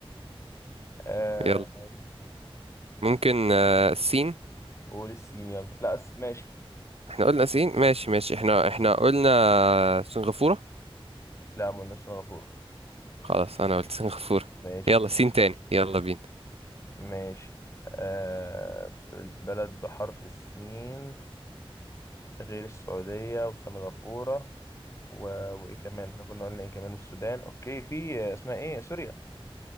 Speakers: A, on the left; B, on the right.
A: <laughs> آه
B: يلا ممكن آه، السين
A: قول السين يلا لا أس... ماشي
B: احنا قلنا سين ماشي ماشي احنا احنا قلنا سنغافورة
A: لا ما قلناش سنغافورة
B: خلاص انا قلت سنغافورة
A: ماشي
B: يلا سين تاني يلا بينا
A: ماشي آه بلد بحرف السين غير السعودية وسنغافورة و... وإيه كمان احنا كنا قلنا إيه كمان والسودان أوكي في آه، اسمها إيه سوريا